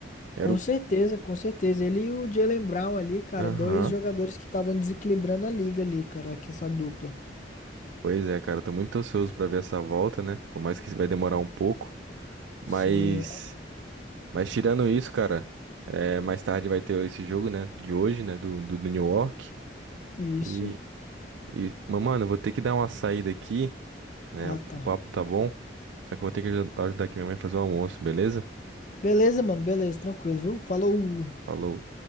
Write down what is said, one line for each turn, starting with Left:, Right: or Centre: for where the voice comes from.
Right: Era
Left: Com
Right: o.
Left: certeza, com certeza. Ele e o Jaylen Brown ali, cara,
Right: Aham.
Left: dois jogadores que estavam desequilibrando a liga ali, cara, que essa dupla.
Right: Pois é, cara, eu tô muito ansioso pra ver essa volta, né? Por mais que vai demorar um pouco. Mas,
Left: Sim, é-
Right: mas tirando isso, cara, é, mais tarde vai ter esse jogo, né, de hoje, né, do, do, do New York.
Left: isso.
Right: E, e, mas, mano, eu vou ter que dar uma saída aqui, né,
Left: Ah,
Right: o
Left: tá.
Right: o papo tá bom, só que eu vou ter que aju- ajudar aqui minha mãe a fazer o almoço, beleza?
Left: Beleza, mano, beleza, tranquilo, viu? Falou.
Right: Falou.